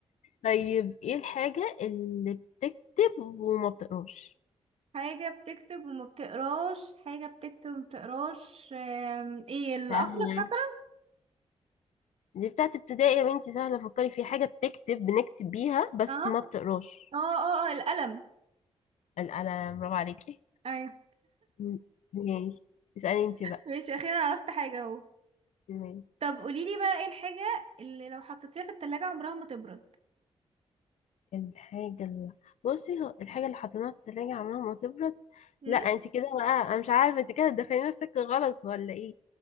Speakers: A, on the left (about 80°); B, on the right (about 55°).
A: طيب ايه الحاجة اللي بتكتب وما بتقراش
B: حاجة بتكتب وما بتقراش حاجة بتكتب وما بتقراش أم... ايه الأقرص
A: سهلة
B: مثلا
A: دي بتاعت ابتدائي يا بنتي سهلة فكري في حاجة بتكتب بنكتب بيها بس
B: اه
A: ما بتقراش
B: اه اه اه القلم
A: القلم برافو عليكي
B: ايوه
A: م- ماشي اسألي انت بقى
B: ماشي اخيرا عرفت حاجة اهو
A: ماشي
B: طب قوليلي بقى ايه الحاجة اللي لو حطيتيها في التلاجة عمرها ما تبرد
A: الحاجة اللي بصي هو الحاجة اللي حطيناها في التلاجة عمرها ما تبرد
B: مم؟
A: لا انت كده بقى انا مش عارفة انت كده تدخلي نفسك غلط ولا ايه